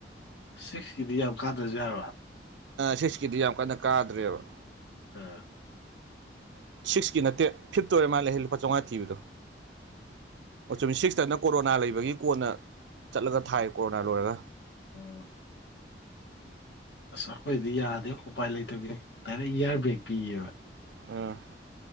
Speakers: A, on the left; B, on the right.
A: ꯁꯤꯛꯁꯀꯤꯗꯤ ꯌꯥꯝ ꯀꯥꯗ꯭ꯔꯁꯨ ꯌꯥꯔꯕ
B: ꯁꯤꯁꯀꯤꯗꯤ ꯌꯥꯝ ꯀꯟꯅ ꯀꯥꯗ꯭ꯔꯦꯕ
A: ꯑꯥ
B: ꯁꯤꯛꯁꯀꯤ ꯅꯠꯇꯦ ꯐꯤꯞꯇ ꯑꯣꯏꯔꯦ ꯃꯥꯂꯦ ꯂꯨꯄꯥ ꯆꯥꯝꯃꯉꯥ ꯊꯤꯕꯗꯣ ꯑꯣ ꯆꯨꯝꯃꯤ ꯁꯤꯛꯁꯇꯅ ꯀꯣꯔꯣꯅꯥ ꯂꯩꯕꯒꯤ ꯀꯣꯟꯅ ꯆꯠꯂꯒ ꯊꯥꯏ ꯀꯣꯔꯣꯅꯥ ꯂꯣꯏꯔꯒ
A: ꯎꯝ ꯑꯁ ꯑꯩꯈꯣꯏꯗꯤ ꯌꯥꯗꯦ ꯎꯄꯥꯏ ꯂꯩꯇꯕꯤꯅꯤ ꯗꯥꯏꯔꯦꯛ ꯏꯌꯥꯔ ꯕꯦꯒ ꯄꯤꯌꯦꯕ
B: ꯎꯝ